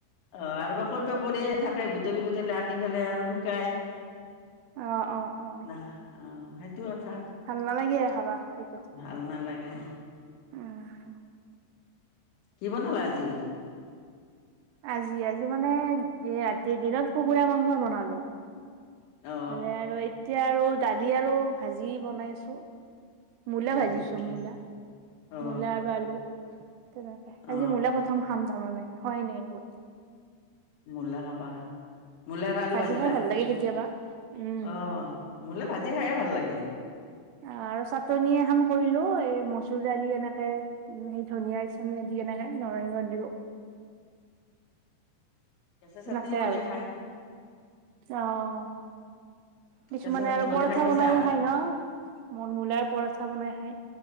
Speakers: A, on the left; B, on the right.
A: অ', -আৰু বা ক'ত বা পৰিয়ে থাকে, বুটলি-বুটলি আনি পেলাই আৰু শুকাই।
B: অ অ অ
A: ন' অঁ', - সেইটো কথা।
B: ভাল নালাগে হ'ব আৰু।
A: ভাল নালাগে।
B: অঁহ।
A: কি' বনালা আজি?
B: আজি-আজি মানে ৰাতি দিনত কুকুৰা মাংস বনালো।
A: অ
B: হ'লে আৰু এতিয়া আৰু দালি আৰু ভাজি বনাই আছো। মূলা
A: হয়
B: ভাজিছো
A: নেকি
B: মূলা,
A: অ
B: মূলা আৰু আলু। তেনেকে
A: অ
B: আজি মূলা প্ৰথম খাম তাৰমানে হয় নাই বহুত।
A: মূলা খাবা, মূলা এটা আলু
B: ভাজি
A: বাজিলা,
B: খাই ভাল লাগে কেতিয়াবা উম
A: অঁহ। মূলা ভাজি খাইয়ে ভাল লাগে।
B: আঁহ', - আৰু চাটনি এখন কৰিলো, এই মচুৰ দালি এনেকে। উমঁ, সেই ধনিয়া-চনীয়া দি এনেকে নৰসিংহ দিওঁ।
A: কেঁচা চাটনিও
B: নাথাই
A: বনাই
B: আৰু
A: খাই
B: অহ',। কিছুমানে
A: কেঁচা চাটনি
B: আৰু
A: বনাই
B: পৰঠা
A: খাই পাইছা
B: বনাইও খায় ন' মন-মূলাৰ পৰঠা বনাই খায়।